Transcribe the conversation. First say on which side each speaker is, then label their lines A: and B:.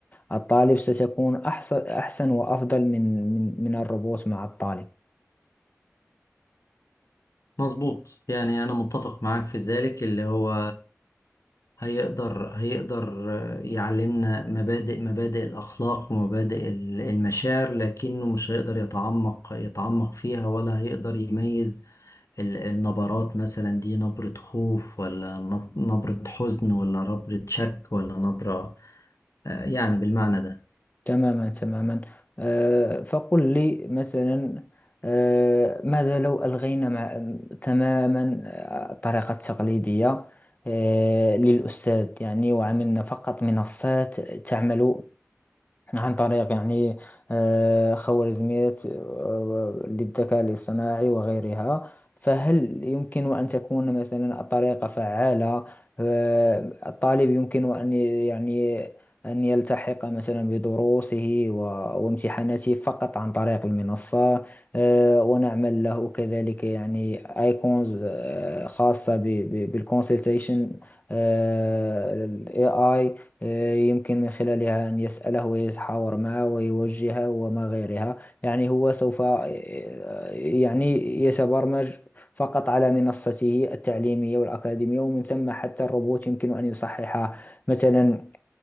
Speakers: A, on the left; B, on the left.
A: الطالب ستكون أحسن أحسن وأفضل من من من الروبوت مع الطالب
B: مظبوط يعني أنا متفق معاك في ذلك اللي هو هيقدر هيقدر يعلمنا مبادئ مبادئ الأخلاق ومبادئ ال- المشاعر لكنه مش هيقدر يتعمق يتعمق فيها ولا هيقدر يميز ال- النبرات مثلا دي نبرة خوف ولا نف- نبرة حزن ولا نبرة شك ولا نبرة آه، يعني بالمعنى ده
A: تماما تماما آه، فقل لي مثلا آه، ماذا لو ألغينا مع تماما آه، الطريقة التقليدية آه، للأستاذ يعني وعملنا فقط منصات تعمل عن طريق يعني آه، خوارزميات آه، للذكاء الاصطناعي وغيرها فهل يمكن أن تكون مثلا الطريقة فعالة آه، الطالب يمكن أن ي- يعني أن يلتحق مثلا بدروسه و- وامتحاناته فقط عن طريق المنصة آه، ونعمل له كذلك يعني ايكونز خاصة بالكونسلتيشن اي اي آه، يمكن من خلالها أن يسأله ويتحاور معه ويوجهه وما غيرها يعني هو سوف آه، يعني يتبرمج فقط على منصته التعليمية والأكاديمية ومن ثم حتى الروبوت يمكن أن يصحح مثلا